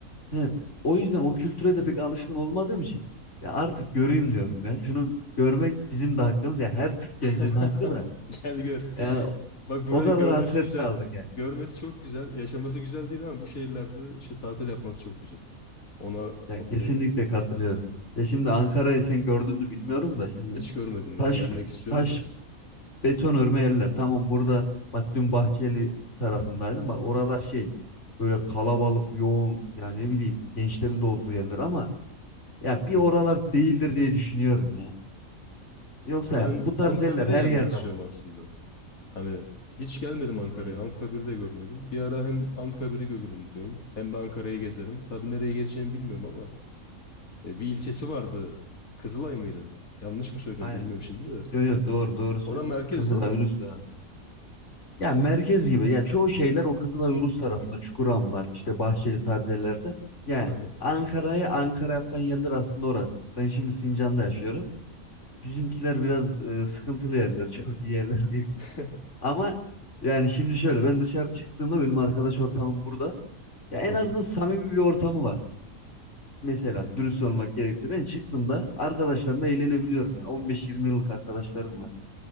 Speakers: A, on the left; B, on the left.
A: He, o yüzden o kültüre de pek alışkın olmadığım için ya artık göreyim diyorum ya. Şunu görmek bizim de hakkımız ya her Türk gencinin
B: <laughs>
A: hakkı da.
B: Gel gör.
A: Yani
B: Bak burayı
A: o kadar
B: görmesi
A: hasret
B: güzel.
A: kaldık ya.
B: Görmesi çok güzel. Yaşaması güzel değil ama bu şehirlerde işte tatil yapması çok güzel. Ona
A: Ya
B: onu
A: kesinlikle
B: derim yani.
A: katılıyorum. Ya şimdi Ankara'yı sen gördün mü bilmiyorum da şimdi
B: Hiç görmedim
A: taş
B: ya. Gelmek istiyorum
A: taş
B: da.
A: beton örme yerler. Tamam burada bak dün Bahçeli tarafındaydım. Bak oralar şey böyle kalabalık, yoğun yani ne bileyim gençlerin de olduğu yerler ama ya bir
B: Hı
A: oralar
B: hı.
A: değildir diye düşünüyorum ya. Yoksa
B: Ben
A: bu tarz
B: Anıtkabir'e
A: yerler her
B: gelmek
A: yerde
B: istiyorum
A: var.
B: aslında. Hani hiç gelmedim Ankara'ya.
A: Hmm,
B: Anıtkabir'i de görmedim. Bir ara hem Anıtkabir'i görürüm diyorum. Hem de Ankara'yı gezerim. Tabii nereye gezeceğimi bilmiyorum ama e, bir ilçesi vardı. Kızılay mıydı? Yanlış mı söylüyorum
A: aynen.
B: bilmiyorum şimdi de.
A: Yo yo doğru doğru söylüyorsun.
B: Orası merkez
A: Kızılay,
B: değil mi?
A: Ulus'ta. Ya merkez gibi. Ya çoğu şeyler o Kızılay, Ulus tarafında. Çukurambar, işte Bahçeli tarzı yerlerde. Ya
B: Hı hı.
A: Ankara'yı Ankara yapan yerler aslında orası. Ben şimdi Sincan'da yaşıyorum. Bizimkiler biraz e, sıkıntılı yerler. <laughs> Çok iyi yerler değil.
B: <laughs>
A: kanka. Ama yani şimdi şöyle ben dışarı çıktığımda benim arkadaş ortamım burada. Ya en
B: Hı hı.
A: azından samimi bir ortamı var. Mesela dürüst olmak gerekti. Ben çıktığımda arkadaşlarımla eğlenebiliyorum yani. 15-20 yıllık arkadaşlarım var.